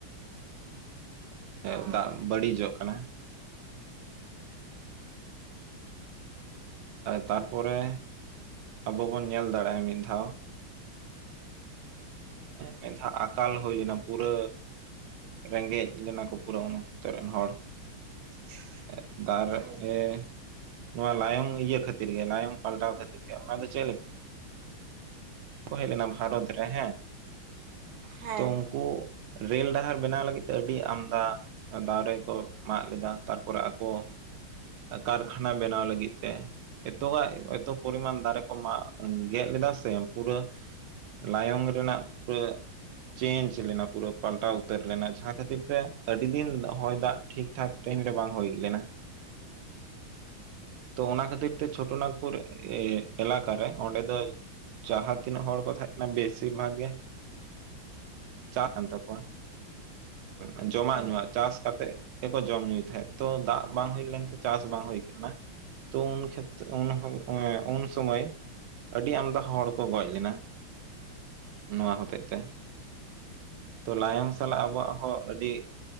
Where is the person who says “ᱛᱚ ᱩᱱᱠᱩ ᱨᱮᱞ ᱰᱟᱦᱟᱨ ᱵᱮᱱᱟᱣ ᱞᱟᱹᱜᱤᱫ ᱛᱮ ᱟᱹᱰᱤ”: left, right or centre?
Right